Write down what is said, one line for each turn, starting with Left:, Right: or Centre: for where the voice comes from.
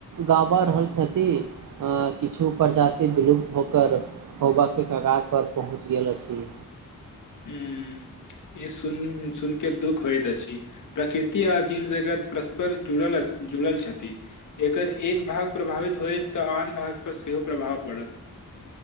Right: गाबा रहल छथि किछु प्रजाति विलुप्त होकर होबऽ के कगार पर पहुँच गेल अछि
Left: हू ई सुन सुन के दुःख होइत अछि प्रकृति आ जीव जगत परस्पर जुड़ल जुड़ल छथि एकर एक भाग प्रभावित होय तऽ आन भाग पर सेहो प्रभाव पड़त <inaudible>